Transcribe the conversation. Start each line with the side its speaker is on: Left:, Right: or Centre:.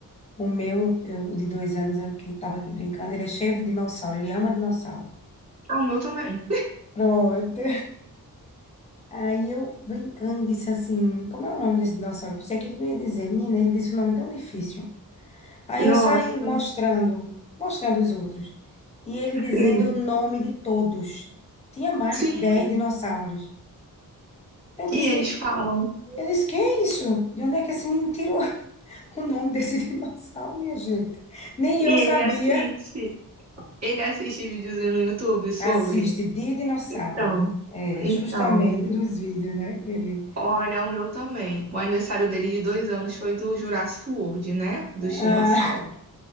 Left: O meu, eu, o de dois anos, eu que estava aqui brincando, ele é cheio de dinossauro, ele ama dinossauro.
Right: Ah, o meu também.
Left: Pronto. Aí eu, brincando, disse assim, como é o nome desse dinossauro? Pensei que ele não ia dizer, menina, ele disse um nome tão difícil. Aí
Right: Nossa,
Left: eu saí mostrando, mostrando os outros. E ele dizendo
Right: sim.
Left: o nome de todos. Tinha mais
Right: Sim,
Left: de 10 dinossauros. Eu disse,
Right: e eles falam.
Left: eu disse, que é isso? De onde é que esse menino tirou <laughs> o nome desse dinossauro, minha gente? Nem eu
Right: E ele
Left: sabia.
Right: assiste. Ele assiste videozinho no YouTube sobre.
Left: Assiste de dinossauro.
Right: Então,
Left: É,
Right: então,
Left: justamente dos vídeos, né? Que ele...
Right: Olha, o meu também. O aniversário dele de dois anos foi do Jurassic World, né? Dos dinossauros.
Left: Ah,